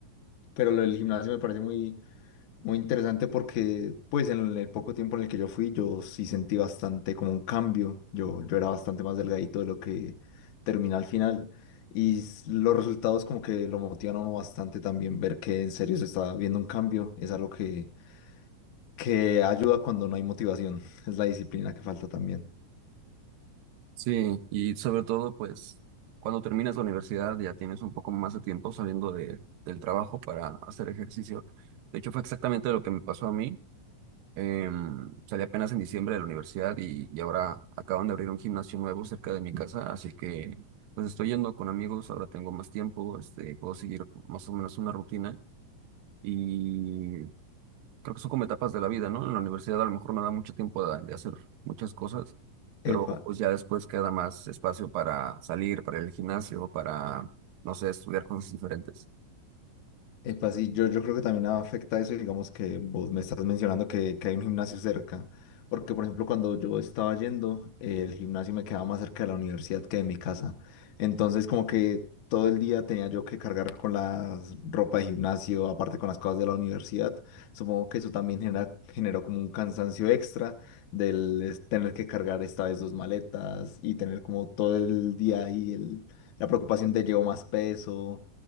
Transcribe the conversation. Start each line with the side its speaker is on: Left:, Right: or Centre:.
Left: pero lo del gimnasio me parece muy, muy interesante porque pues en el poco tiempo en el que yo fui yo sí sentí bastante como un cambio. Yo, yo era bastante más delgadito de lo que terminé al final y s- los resultados como que lo motivan a uno bastante también ver que en serio se está viendo un cambio. Es algo que, que ayuda cuando no hay motivación. <laughs> Es la disciplina que falta también.
Right: Sí, y sobre todo, pues, cuando terminas la universidad ya tienes un poco más de tiempo saliendo de, del trabajo para hacer ejercicio. De hecho, fue exactamente lo que me pasó a mí. Em, salí apenas en diciembre de la universidad y, y ahora acaban de abrir un gimnasio nuevo cerca de mi casa, así que pues estoy yendo con amigos, ahora tengo más tiempo, este, puedo seguir más o menos una rutina. Y creo que son como etapas de la vida, ¿no? En la universidad a lo mejor no da mucho tiempo de, de hacer muchas cosas, pero
Left: Epa.
Right: pues ya después queda más espacio para salir, para el gimnasio, para, no sé, estudiar cosas diferentes.
Left: Epa, sí, yo, yo creo que también afecta eso, digamos que vos me estás mencionando que, que hay un gimnasio cerca, porque por ejemplo cuando yo estaba yendo, eh, el gimnasio me quedaba más cerca de la universidad que de mi casa, entonces como que todo el día tenía yo que cargar con la ropa de gimnasio, aparte con las cosas de la universidad, supongo que eso también genera, generó como un cansancio extra del es- tener que cargar esta vez dos maletas y tener como todo el día ahí el, la preocupación de llevo más peso